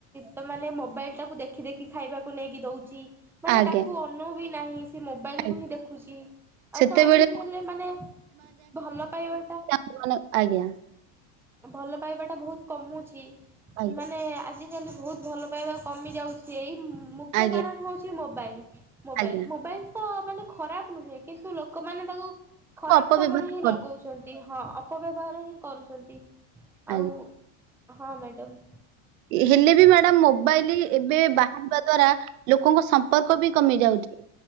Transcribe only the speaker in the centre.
ତ ମାନେ ମୋବାଇଲ ଟାକୁ ଦେଖି ଦେଖି ଖାଇବାକୁ ନେଇକି ଦୋଉଛି ମାନେ
ତାକୁ ଅନୋଉ ବି ନାହିଁ ସେ ମୋବାଇଲ
କୁ ହିଁ ଦେଖୁଛି। ଆଉ
ତ ଏମିତି ହେଲେ ମାନେ ଭଲ ପାଇବା
ଭଲ ପାଇବା ଟା ବହୁତ କମୁଛି
ମାନେ ଆଜି ଜି କାଲି ବହୁତ ଭଲ ପାଇବା କମି ଯାଉଛି ଏଇ ମୁଖ୍ୟ
କାରଣ ହୋଉଛି ମୋବାଇଲି। ମୋବାଇଲ
ମୋବାଇଲ ତ ମାନେ ଖରାପ ନୁହେଁ କିନ୍ତୁ ଲୋକମାନୋନ ତାକୁ ଖରାପ
କାମରେ ହିଁ
ଲଗୋଉଛନ୍ତି। ହଁ ଅପବ୍ୟବହାର ହିଁ କରୁଛନ୍ତି।
ଆଉ ହଁ ମ୍ୟାଡ଼ମ୍।